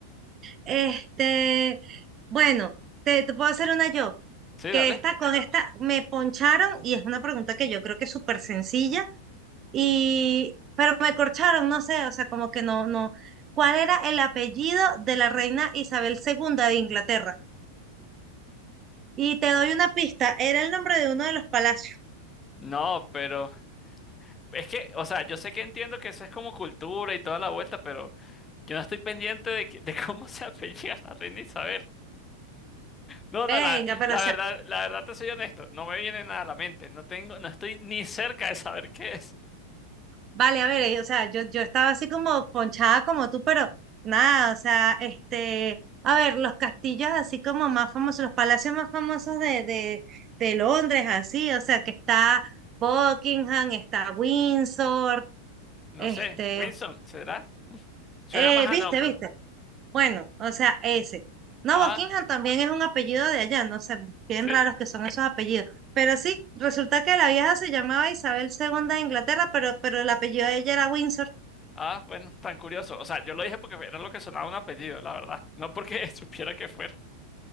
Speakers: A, on the right; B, on the left.
A: Este, bueno, te, te puedo hacer una yo,
B: Sí,
A: que
B: dale.
A: esta con esta me poncharon y es una pregunta que yo creo que es súper sencilla y pero me corcharon, no sé, o sea, como que no, no. ¿Cuál era el apellido de la reina Isabel segunda de Inglaterra? Y te doy una pista, era el nombre de uno de los palacios.
B: No, pero es que, o sea, yo sé que entiendo que eso es como cultura y toda la vuelta, pero yo no estoy pendiente de, que- <laughs> de cómo se apellida la reina Isabel. No, no,
A: Venga,
B: la,
A: pero
B: la
A: o sea,
B: verdad, la verdad te soy honesto, no me viene nada a la mente, no tengo, no estoy ni cerca de saber qué es.
A: Vale, a ver, eh, o sea, yo, yo estaba así como ponchada como tú, pero nada, o sea, este, a ver, los castillos así como más famosos, los palacios más famosos de, de, de Londres, así, o sea, que está Buckingham, está Windsor,
B: No
A: este,
B: sé, Wilson, ¿será? Suena
A: eh,
B: más a
A: viste,
B: nombre.
A: viste, bueno, o sea, ese. No,
B: Ah,
A: Buckingham también es un apellido de allá, no sé, bien
B: sí.
A: raros que son esos apellidos. Pero sí, resulta que la vieja se llamaba Isabel segunda de Inglaterra, pero, pero el apellido de ella era Windsor.
B: Ah, bueno, tan curioso. O sea, yo lo dije porque era lo que sonaba un apellido, la verdad, no porque <laughs> supiera que fuera.